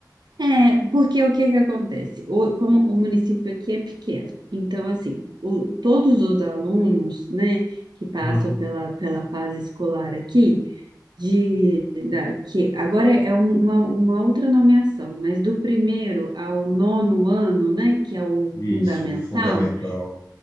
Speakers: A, on the right; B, on the left.
A: É, porque o que que acontece? O- como o município aqui é pequeno, então, assim, o- todos os alunos, né, que passam
B: Hum,
A: pela, pela fase escolar aqui, de, da, que agora é um- uma, uma outra nomeação, mas do primeiro ao nono ano, né, que é o
B: isso,
A: fundamental,
B: fundamental.